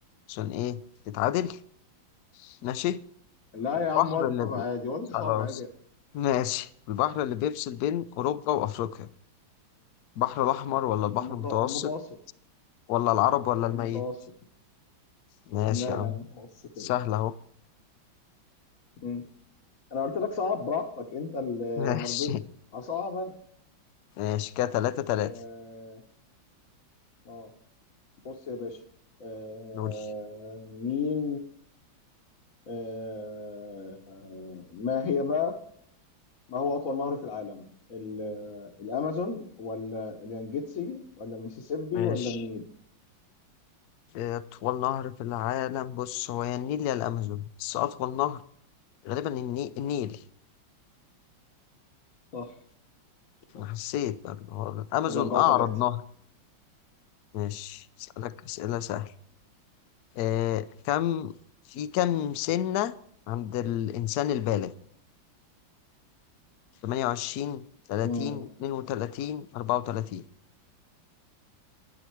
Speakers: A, on the left; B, on the left.
A: عشان ايه تتعادل ماشي
B: لا
A: البحر
B: يا عم ودي
A: اللي
B: صعب
A: بي...
B: عادي ودي
A: خلاص
B: صعب عادي
A: ماشي البحر اللي بيفصل بين اوروبا وافريقيا البحر الاحمر ولا البحر
B: المت-
A: المتوسط
B: المتوسط
A: ولا العرب ولا الميت
B: المتوسط
A: ماشي
B: لا
A: يا عم
B: لا المتوسط
A: سهلة
B: يعني.
A: اهو
B: مم. انا قلت لك صعب براحتك انت اللي
A: <laughs> ماشي
B: ما رضيتش هصعب انا
A: ماشي كده تلاتة
B: اه
A: تلاتة
B: آه. بص يا باشا آه.
A: نقول
B: مين آه. ما هي بقى ما هو اطول نهر في العالم ال- الامازون ولا اليانجيتسي ولا الميسيسيبي
A: ماشي
B: ولا النيل
A: أطول نهر في العالم بص هو يا النيل يا الأمازون بس أطول نهر غالبا الني- النيل
B: صح صح
A: أنا حسيت بقى هو الأمازون
B: كده أربعة
A: أعرض
B: ثلاثة
A: نهر ماشي أسألك أسئلة سهلة آه كم في كم سنة عند الإنسان البالغ 28 30
B: امم
A: 32 34